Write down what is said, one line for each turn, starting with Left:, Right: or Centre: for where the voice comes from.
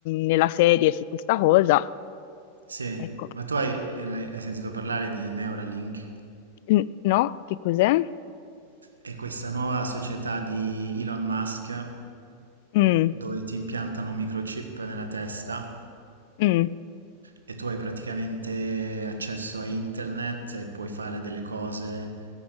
Left: nella serie su questa cosa.
Right: Sì,
Left: Ecco,
Right: ma tu hai, eh, l'hai- hai sentito parlare di Neuralink
Left: Mm, no, che cos'è?
Right: e questa nuova società di Elon Musk
Left: Mm,
Right: dove ti impiantano un microchip nella testa
Left: mm.
Right: e tu hai praticamente accesso a internet e puoi fare delle cose